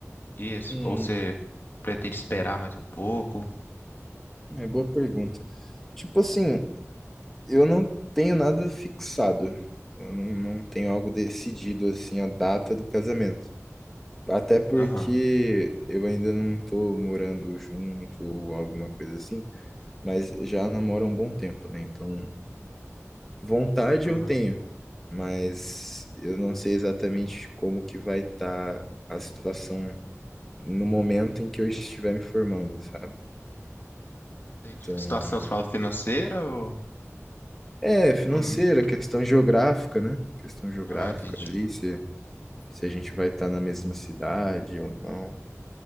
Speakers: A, on the left; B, in the centre.
A: isso?
B: Hum,
A: Ou você pretende esperar mais um pouco?
B: é boa pergunta. Tipo assim, eu não tenho nada fixado. Eu não, não tenho algo decidido, assim, a data do casamento. Até porque
A: Aham.
B: eu ainda não tô morando junto ou alguma coisa assim. mas já namoro há um bom tempo, né? Então, vontade
A: Aham.
B: eu tenho, mas eu não sei exatamente como que vai estar a situação no momento em que eu estiver me formando, sabe?
A: Entendi.
B: Então,
A: A situação, você fala financeira ou.
B: é financeira,
A: ou-
B: questão geográfica, né? Questão geográfica
A: Ah, entendi.
B: ali, se, se a gente vai estar na mesma cidade ou não,